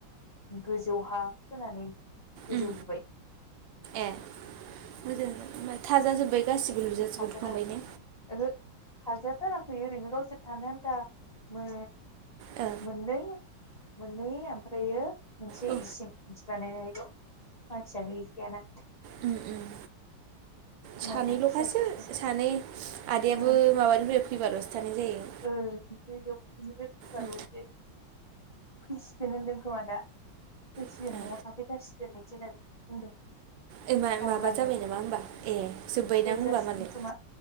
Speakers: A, on the left; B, on the right.
A: गोजौ हा खोनानै गोजौ
B: उम
A: लुबाय
B: ए मोजां <unintelligible> थाजाजोब्बाय गासिबो लुजासिबो
A: थाखोथाम
B: दुखांबायने
A: ओहो थाजाथाराखै ओरैनो गावसोर थानो आन्था अम
B: ओ
A: मोननै मोननै आमफ्रायो मोनसे
B: औ
A: इसिं बिदि बानाय नायनिल' मानसियानो गैखाया ना।
B: अम अम
A: बिमाजों
B: सानै ल'खासो
A: फिसाजोजोंल'
B: सानै आदायाबो
A: ओं
B: माबानिफ्राय फैबाल'सो थानाय जायो।
A: ओ बैयाव बिनिफ्राय फैबाल'सो
B: उम
A: फैसिगोन होनदों खोमा दा। फैसिगोन
B: ओ
A: न'आव थाफैथारसिगोन इदि होनना बुंदों।
B: ओइ मा
A: मावलानो
B: माबा जाबाय नामा होमबा? ए जोब्बायदां
A: ओ
B: होमबा
A: जासिगोन
B: मालाय
A: खोमा